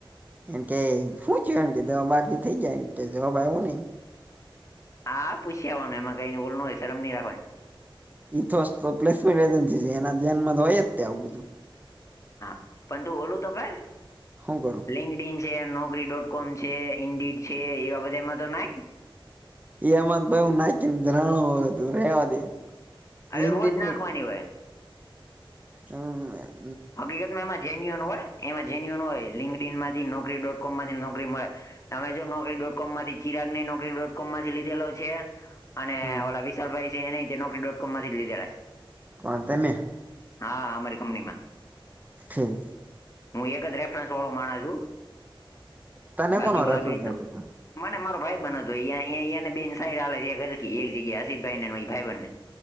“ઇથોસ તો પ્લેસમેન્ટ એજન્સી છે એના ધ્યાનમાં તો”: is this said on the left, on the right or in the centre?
Right